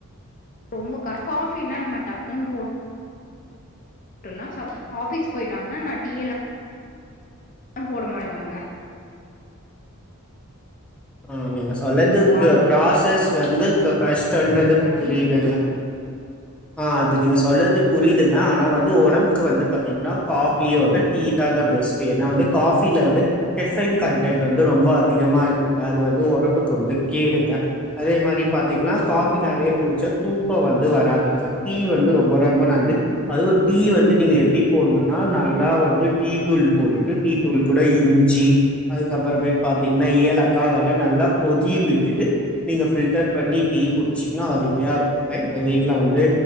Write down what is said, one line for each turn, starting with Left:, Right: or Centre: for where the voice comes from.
Left: ரொம்பகஷ் காஃபினா நம்ம டக்குன் போட்டுல்லா ஸ ஆஃபீஸ் போயிட்டாங்கனா நா டீயெல்லா போட <unintelligible> வாங்க
Centre: ஆமாங்க சொல்லறதுக்கு
Left: பால்
Centre: ஃபுராசஸ்
Left: கொண்டாலா நம்ம
Centre: வந்து க்க்ற ஃபு சொல்றது புரியிதுங்க
Left: டீ
Centre: ஆ அ நீங்க சொல்லது புரியுதுங்க ஆனா வந்து ஒடம்புக்கு வந்து பாத்தீங்கனா காஃபியொட டீ தாங்க பெஸ்ட்டு ஏன்னா வந்து காஃபில வந்து கெஃபைன் கண்டென்ட் வந்து ரொம்ப அதிகமாருக் குங்க அது வந்து ஒடம்புக்கு வந்து கேடுங்க அதே மாரி பாத்தீங்னா காஃபி நெறைய குடுச்சா தூக்கொ வந்து வராதுங்க டீ வந்து ரொம்ப ரொம்ப நந்து அதுவு டீ வந்து நீங்க எப்டி போட்ணுனா நல்லா வந்து டீ தூள் போட்டுட்டு டீ தூள் கூட இஞ்சி அதுக்கப்பறமேட் பாத்தீங்னா ஏலக் காதெல்லா நல்லா கொதி விட்டுட்டு நீங்க ஃபில்டர் பண்ணி டீ குடிச்சீங்னா அருமையா இருக்குங்க இப்ப வீட்ல வந்து